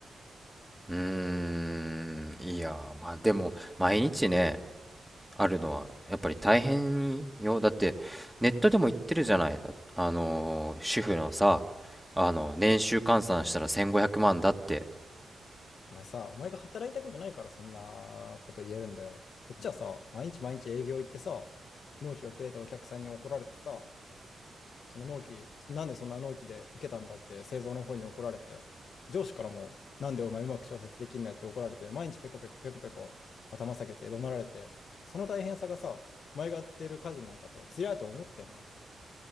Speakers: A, in the centre; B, on the left.
A: うーん、いや、まあでも、毎日ね、あるのは、やっぱり大変よ。だって、ネットでも言ってるじゃない。あのー、主婦のさ、あの、年収換算したら1500万だって。
B: お前さ、お前が働いたことないからそんなこと言えるんだよ。こっちはさ、毎日毎日営業行ってさ、納期遅れてお客さんに怒られてさ、その納期、そなんでそんな納期で受けたんだって製造の方に怒られて、上司からも、なんでお前うまく調節できんのやって怒られて、毎日ペコペコペコペコ頭下げて怒鳴られて、その大変さがさ、お前がやってる家事なんかとずりゃと思ってんの。